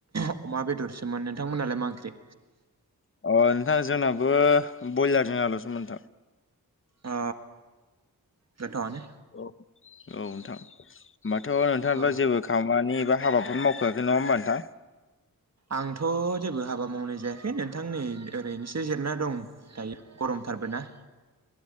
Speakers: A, on the right; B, on the left.
A: अमा बेदरसोमोन नोंथांमोनहालाय मा ओंख्रि?
B: अ नोंथां जोंनाबो ब्रयलार जों आलु'सोमोन नोंथां।
A: अ गोथाव आनो।
B: औ औ नोंथां होनोमबाथ' नोंथाङाल'
A: औ
B: जेबो खामानि एबा हाबाफोर मावखआखै नङा होमबा नोंथां।
A: आंथ' जेबो हाबा मावनाय जायाखै नोंथां नै ओरैनोसो जिरना दं। दायो गरमथारबो ना।